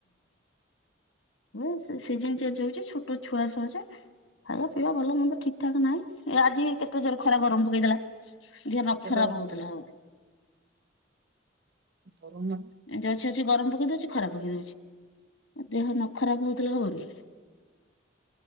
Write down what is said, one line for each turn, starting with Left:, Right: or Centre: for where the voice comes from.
Left: ହୁଁ ସିଜନ ଚେଞ୍ଜ ହଉଚି। ଛୋଟ ଛୁଆ ସହଯେ। ଖାଇବା ପିଇବା ଭଲ ମନ୍ଦ ଠିକଠାକ ନାହିଁ। ଏ ଆଜି ହେଇ କେତେ ଜୋର ଖରା ଗରମ ପକେଇଦେଲା। ଦିହ ନ
Right: ସେ
Left: ଖରାପ
Right: ବାବା ରେ
Left: ହଉଥିଲେ
Right: ବାବା
Left: ହବ।
Right: ପୁରୁଣା
Left: ଏମିତି ଅଛି ଅଛି ଗରମ ପକେଇ ଦଉଚି। ଖରା ଉଚି ଦେହ ନ ଖରାପ ହଉଥିଲେ ହବନି।